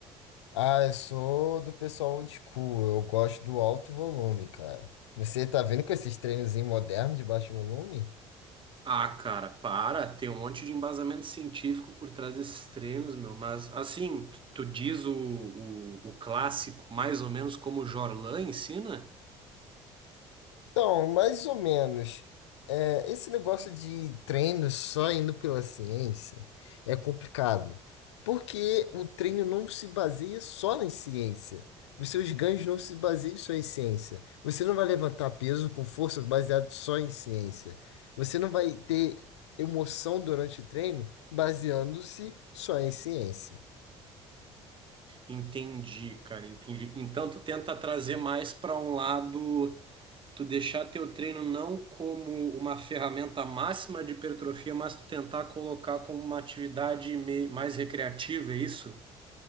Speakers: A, on the left; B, on the right.
A: Ah, eu sou do pessoal old school. Eu gosto do alto volume, cara. Você tá vendo com esses treinozinhos modernos de baixo volume?
B: Ah, cara, para. Tem um monte de embasamento científico por trás desses treinos, meu. Mas, assim, tu, tu diz o, o, o clássico mais ou menos como o Jorlan ensina?
A: Então, mais ou menos. É, esse negócio de treino só indo pela ciência é complicado, porque o treino não se baseia só em ciência. Os seus ganhos não se baseiam só em ciência. Você não vai levantar peso com força baseado só em ciência. Você não vai ter emoção durante o treino baseando-se só em ciência.
B: Entendi, cara, entendi. Então, tu tenta trazer mais pra um lado. tu deixar teu treino não como uma ferramenta máxima de hipertrofia, mas tu tentar colocar como uma atividade mei- mais recreativa, é isso?